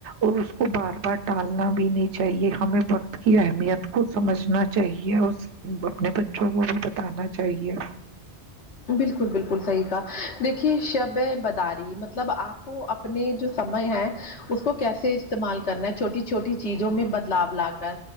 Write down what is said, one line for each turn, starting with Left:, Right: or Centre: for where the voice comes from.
Right: اور اس کو بار بار ٹل نا بھی نہیں چاہیے ہمیں وقت کی اہمیت کو سمجھنا چاہیے اس اپنے بچوں کو بھی بتانا چاہیے
Left: بالکل بالکل صحیح کا دیکھیے شب بے بداری مطلب آپ کو اپنے جو سمئے ہے اس کو کیسے استعمال کرنا ہے چھوٹی چھوٹی چیزوں میں بدلاؤ لا کر